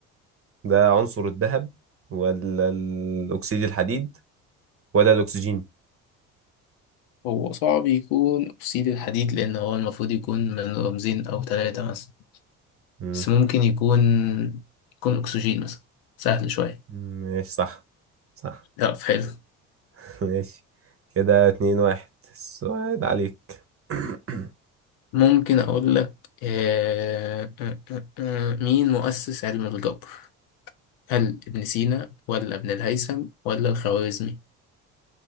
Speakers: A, on the right (about 35°); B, on the left (about 65°).
A: ده عنصر الذهب ولا الأكسيد الحديد ولا الأكسجين
B: هو صعب يكون أكسيد الحديد لأن هو المفروض يكون من رمزين أو تلاتة مثلا
A: مم.
B: بس ممكن يكون يكون أكسجين مثلا سهل شوية
A: ماشي صح صح
B: لا حلو
A: <laughs> ماشي كده اتنين واحد السؤال عليك <coughs> <clears throat>
B: ممكن أقول لك آه، آه، آه، آه، مين مؤسس علم الجبر؟ هل ابن سينا ولا ابن الهيثم ولا الخوارزمي؟